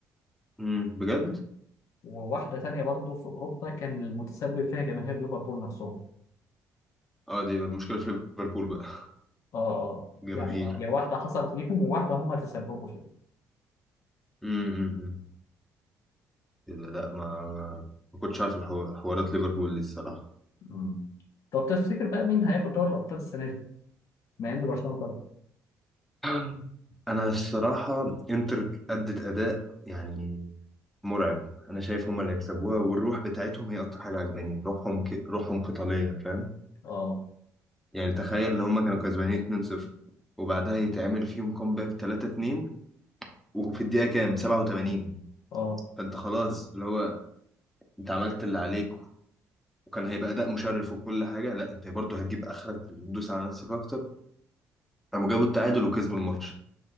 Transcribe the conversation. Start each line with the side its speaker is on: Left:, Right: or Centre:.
Centre: امم بجد
Left: وواحدة تانية برضه في أوروبا كان المتسبب فيها جماهير ليفربول نفسهم
Centre: اه دي مشكلة في ليفربول بقى <laughs>
Left: اه اه
Centre: جماهير
Left: يعني هي واحدة حصلت ليهم وواحدة هم تسببوا فيها
Centre: امم لا ما ما كنتش عارف الحو- حوارات ليفربول دي الصراحة
Left: مم. طب تفتكر بقى مين هياخد دوري الأبطال السنة دي؟ مع إن برشلونة طبعا
Centre: <clears throat> أنا الصراحة إنتر أدت أداء يعني مرعب أنا شايف هما اللي هيكسبوها والروح بتاعتهم هي أكتر حاجة عجباني روحهم ك... روحهم قتالية فاهم
Left: اه
Centre: يعني تخيل ان هما كانوا كسبانين 2-0 وبعدها يتعمل فيهم كومباك 3-2 وفي الدقيقة كام 87
Left: اه
Centre: فانت خلاص اللي هو انت عملت اللي عليك وكان هيبقى اداء مشرف وكل حاجة لا انت برضه هتجيب اخرك وتدوس على نفسك اكتر قاموا جابوا التعادل وكسبوا الماتش